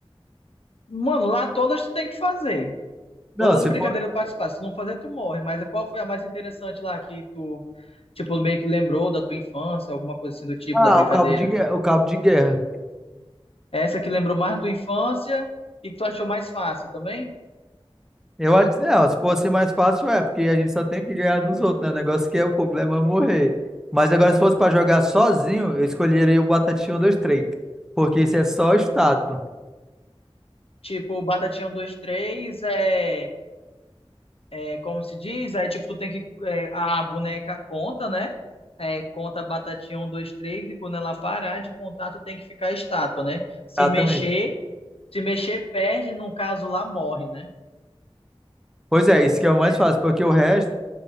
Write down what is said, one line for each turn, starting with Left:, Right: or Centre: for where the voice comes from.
Left: mano, lá todas tu tem que fazer.
Centre: Não,
Left: Todas
Centre: se
Left: as brincadeiras
Centre: for
Left: participar. Se tu não fazer, tu morre. Mas qual foi a mais interessante lá que tu, tipo, meio que lembrou da tua infância, alguma coisa assim do tipo
Centre: Ah,
Left: da brincadeira?
Centre: o cabo de guerra, o cabo de guerra.
Left: Essa que lembrou mais da tua infância e que tu achou mais fácil também?
Centre: Eu acho que não, se fosse mais fácil, é, porque a gente só tem que ganhar dos outros, né? O negócio que é o problema é morrer. Mas agora, se fosse pra jogar sozinho, eu escolheria o Batatinha 1, 2, 3. Porque isso é só estátua.
Left: Tipo, Batatinha um dois três é, é como se diz? É tipo, tu tem que. é, a boneca conta, né? É, conta Batatinha um dois três e quando ela parar de contar, tu tem que ficar estátua, né? Se
Centre: Exatamente.
Left: mexer, se mexer, perde, no caso lá, morre, né?
Centre: Pois é, isso que é o mais
Left: É,
Centre: fácil, porque o resto.